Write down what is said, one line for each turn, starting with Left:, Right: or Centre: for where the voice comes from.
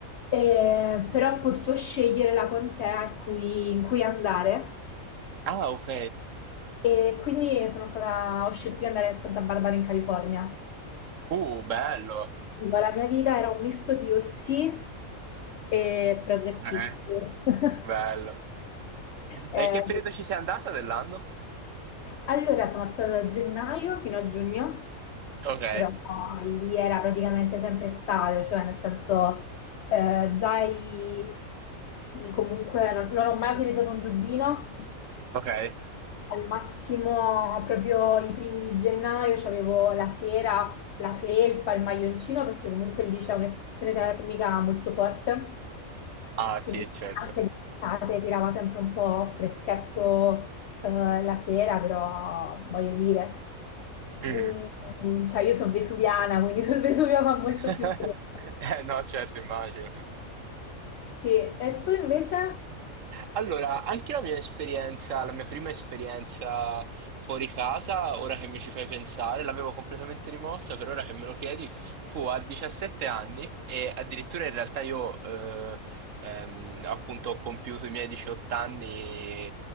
Left: eh, però ho potuto scegliere la contea a cui- in cui andare.
Right: Ah, ok.
Left: E quindi sono stata, ho scelto di andare a Santa Barbara in California.
Right: Uh, bello.
Left: Dico, La mia vita era un misto di OC e Project
Right: Ok,
Left: X. <laughs>
Right: bello.
Left: Eh,
Right: E in che periodo ci sei andata dell'anno?
Left: allora, sono stata da gennaio fino a giugno,
Right: Ok,
Left: però lì era praticamente sempre estate, cioè nel senso eh, già i, i- comunque non, non ho mai utilizzato un giubbino,
Right: ok.
Left: Al massimo, proprio i primi di gennaio, c'avevo la sera la felpa, il maglioncino, perché comunque lì c'è un'escursione termica molto forte.
Right: Ah,
Left: Quindi
Right: sì, certo.
Left: anche d'estate tirava sempre un po' freschetto, eh, la sera, però voglio dire,
Right: Mm.
Left: mm, cioè io sono vesuviana, quindi sul Vesuvio fa molto
Right: <laughs>
Left: più freddo.
Right: Eh, no, certo, immagino.
Left: Sì, e tu invece?
Right: Allora, anche la mia esperienza, la mia prima esperienza fuori casa, ora che mi ci fai pensare, l'avevo completamente rimossa, per ora che me lo chiedi, fu a 17 anni e addirittura in realtà io eh, ehm, appunto ho compiuto i miei 18 anni